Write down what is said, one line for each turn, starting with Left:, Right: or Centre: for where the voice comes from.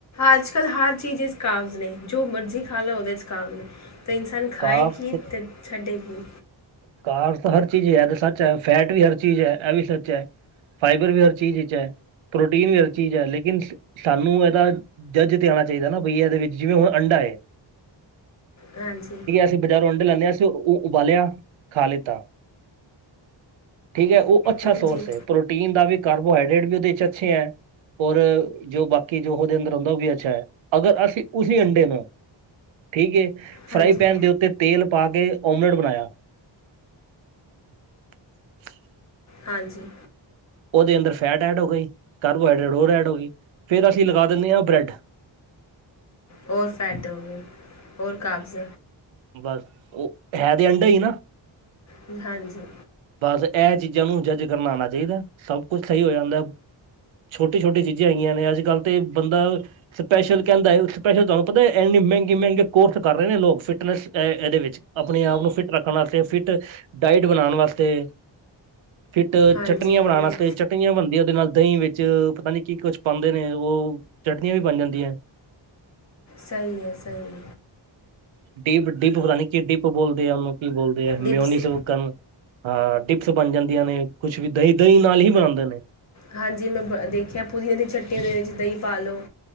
Left: ਅੱਜ-ਕੱਲ੍ਹ ਹਰ ਚੀਜ਼ ਚ ਕਾਵਜ਼ ਨੇ ਜੋ ਮਰਜ਼ੀ ਖਾ ਲਓ ਉਹਦੇ ਚ ਕਾਵਜ਼ ਨੇ। ਤੇ ਇਨਸਾਨ ਖਾਏ
Right: ਕਾਫ
Left: ਕੀ ਤੇ ਛੱਡੇ ਕੀ।
Right: ਕਾਵਜ ਤਾਂ ਹਰ ਚੀਜ਼ ਐ ਏ ਤਾਂ ਸੱਚ ਐ। ਫੈਟ ਵੀ ਹਰ ਚੀਜ਼ ਐ। ਇਹ ਵੀ ਸੱਚ ਐ। ਫਾਈਬਰ ਵੀ ਹਰ ਚੀਜ਼ ਇੱਚ ਐ। ਪ੍ਰੋਟੀਨ ਵੀ ਹਰ ਚੀਜ਼ ਐ ਲੇਕਿਨ ਸਾਨੂੰ ਇਹਦਾ ਜੱਜ ਤੇ ਆਣਾ ਚਾਈਦਾ ਨਾ ਬਈ ਇਹਦੇ ਵਿੱਚ ਜਿਵੇਂ ਹੁਣ ਅੰਡਾ ਏ।
Left: ਹਾਂਜੀ।
Right: ਅਸੀਂ ਬਜ਼ਾਰੋਂ ਆਂਡੇ ਲਿਆਂਦੇ। ਅਸੀਂ ਉਹਨੂੰ ਉਬਾਲਿਆ ਤੇ ਖਾ ਲਿੱਤਾ। ਠੀਕ ਐ। ਉਹ ਅੱਛਾ
Left: ਹੂੰ
Right: ਸੋਰਸ
Left: ਜੀ
Right: ਐ ਪ੍ਰੋਟੀਨ ਦਾ ਵੀ ਕਾਰਬੋਹਾਈਡਰੇਟ ਵੀ ਉਹਦੇ ਇੱਚ ਅੱਛੇ ਐ। ਔਰ ਜੋ ਬਾਕੀ ਜੋ ਉਹਦੇ ਅੰਦਰ ਹੁੰਦਾ ਦਾ ਉਹ ਵੀ ਅੱਛਾ ਐ, ਅਗਰ ਅਸੀਂ ਉਸੀ ਅੰਡੇ ਨੂੰ ਠੀਕ ਏ, ਫਰਾਈ
Left: ਹਾਂਜੀ
Right: ਪੈਨ ਦੇ ਉੱਤੇ ਤੇਲ ਪਾ ਕੇ ਓਮਲੇਟ ਬਣਾਇਆ <inaudible>
Left: ਹਾਂਜੀ।
Right: ਉਹਦੇ ਅੰਦਰ ਫੈਟ ਐਡ ਹੋ ਗਈ ਕਾਰਬੋਹਾਈਡਰੇਟ ਹੋਰ ਐਡ ਹੋ ਗਈ ਫੇਰ ਅਸੀਂ ਲਗਾ ਦਿੰਣੇ ਆਂ ਬ੍ਰੈਡ।
Left: ਹੋਰ ਫੈਟ ਹੋ ਗਈ ਹੋਰ ਕਾਬਜ਼।
Right: ਬੱਸ ਓ ਹੈ ਤੇ ਅੰਡਾ ਈ ਏਨਾ।
Left: ਤੇ ਹਾਂਜੀ।
Right: ਬਸ ਐਹ ਚੀਜ਼ਾਂ ਨੂੰ ਜੱਜ ਕਰਨਾ ਆਨਾ ਚਾਈਦੈ। ਸਭ ਕੁਝ ਸਈ ਹੋ ਜਾਂਦੈ। ਛੋਟੀ-ਛੋਟੀ ਚੀਜਾਂ ਹੈਗੀਆਂ ਨੇ ਆੱਜ-ਕਾੱਲ ਤੇ ਬੰਦਾ ਸਪੈਸ਼ਲ ਕੈਂਦੈ, ਸਪੈਸ਼ਲ ਤੁਆਨੂੰ ਪਤੈ ਐਂਨੀ ਮੈਂਗੇ-ਮੈਂਗੇ ਕੋਰਸ ਕਰ ਰਏ ਨੇ ਲੋਗ, ਫਿਟਨੈਸ ਐ ਐਦੇ ਵਿੱਚ। ਆਪਣੇ ਆਪ ਨੂੰ ਫਿੱਟ ਰੱਖਨ ਆਸਤੇ, ਫਿੱਟ ਡਾਇਟ ਬਨਾਨ ਵਾਸਤੇ ਫਿੱਟ
Left: ਹਾਂਜੀ
Right: ਚਟਨੀਆਂ
Left: ਹਾਂਜੀ
Right: ਬਨਾਨ ਆ ਚਟਨੀਆਂ ਬਨਦੀਆਂ ਓਦੇ ਨਾਲ ਦਈਂ ਵਿੱਚ ਪਤਾ ਨੀ ਕੀ ਕੁਛ ਪਾਂਦੇ ਨੇ ਓ ਚਟਨੀਆਂ ਵੀ ਬਨ ਜਾਂਦੀਐ।
Left: ਸਈ ਐ-ਸਈ ਐ।
Right: ਡੀਪ ਡਿਪ ਪਤਾ ਨੀ ਕੀ ਡਿਪ ਬੋਲਦੇ ਆ ਓਨੂੰ ਕੀ ਬੋਲਦੇ ਐ ਮਿਓਨਿਸ
Left: ਡਿਪਸ
Right: ਲੋਕਾਂ ਨੂੰ ਹਾਂ, ਡਿਪਸ ਬਨ ਜਾਂਦੀਆਂ ਨੇ। ਕੁਛ ਵੀ ਦਈਂ, ਦਈਂ ਨਾਲ ਹੀ ਬਨਾਂਦੇ ਨੇ।
Left: ਹਾਂਜੀ ਮੈਂ ਬ ਦੇਖਿਆ ਪੂਹੇਂ ਦੀ ਚੱਟੀਂ ਦੇ ਵਿੱਚ ਦਈਂ ਪਾ ਲੋ।